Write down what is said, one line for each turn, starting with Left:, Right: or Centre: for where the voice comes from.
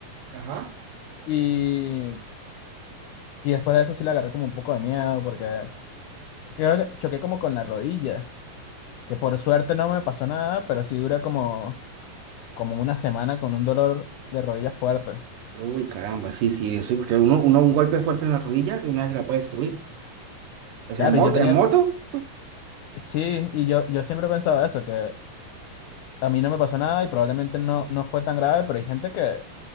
Right: Ajá.
Left: y, y después de eso sí la agarré como un poco de miedo porque creo que choqué como con la rodilla, que por suerte no me pasó nada, pero sí duré como, como una semana con un dolor de rodilla fuerte.
Right: Uy, caramba, sí, sí, sí, porque uno, uno un golpe fuerte en la rodilla de una vez la puede destruir. O sea,
Left: Claro,
Right: en moto,
Left: y yo tenía.
Right: en moto,
Left: Sí, y yo, yo siempre he pensado eso, que. A mí no me pasó nada y probablemente no, no fue tan grave, pero hay gente que